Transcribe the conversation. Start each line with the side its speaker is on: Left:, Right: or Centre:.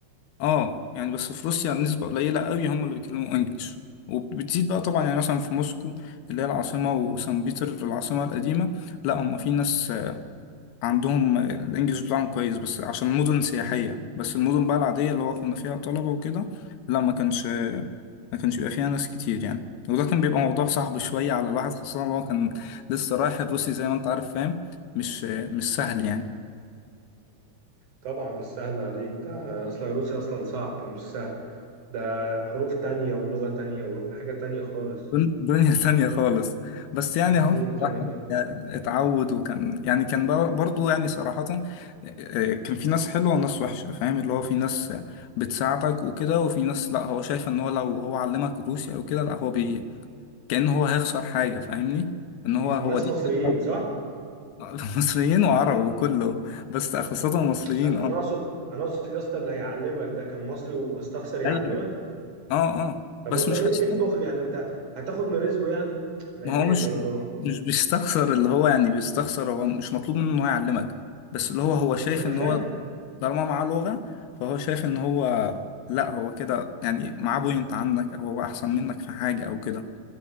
Left: اه يعني بس في روسيا نسبه قليله قوي هم اللي بيتكلموا انجليش وبتزيد بقى طبعا يعني مثلا في موسكو اللي هي العاصمه وسان بيتر العاصمه القديمه لا هم في ناس عندهم الانجليش بتاعهم كويس بس عشان مدن سياحية بس المدن بقى العادية اللي هو كنا فيها طلبة وكده لا ما كانش ما كانش بيبقى فيها ناس كتير يعني وده كان بيبقى موضوع صعب شوية على الواحد خاصة إن هو كان لسه رايح الروسي زي ما انت عارف فاهم مش مش سهل يعني
Right: طبعا مش سهل عليك ده اصلا الروسي اصلا صعب مش سهل ده حروف تانية ولغه تانية وحاجه تانية خالص
Left: دن- دنيا <laughs> ثانية خالص بس يعني
Right: دنيا
Left: اهو الواحد
Right: تانية خالص
Left: اتعود وكان يعني كان بر- برضو يعني صراحة آه، كان في ناس حلوة وناس وحشة فاهم اللي هو في ناس بتساعدك وكده وفي ناس لا هو شايف ان هو لو هو علمك روسي او كده لا هو بي كأنه هو هيخسر حاجة فاهمني ان هو
Right: الناس
Left: هو دي
Right: مصريين
Left: حاجة
Right: صح
Left: <laughs> مصريين وعرب وكله بس خاصة مصريين
Right: انا
Left: اه
Right: انا اقصد انا اقصد يا اسطى اللي هيعلمك ده كان مصري واستخسر يعلمك
Left: ايوه اه اه
Right: طب
Left: بس
Right: والله
Left: مش
Right: ايه
Left: هيست...
Right: إيه البخل يعني انت هتاخد من رزقه يعني لا
Left: ما
Right: اله
Left: هو مش
Right: الا الله
Left: مش بيستخسر اللي هو يعني بيستخسر هو مش مطلوب منه ان هو يعلمك بس اللي هو هو شايف
Right: ما انا
Left: ان
Right: فاهم
Left: هو طالما معاه لغة فهو شايف ان هو لا هو كده يعني معاه بوينت عنك او هو احسن منك في حاجة او كده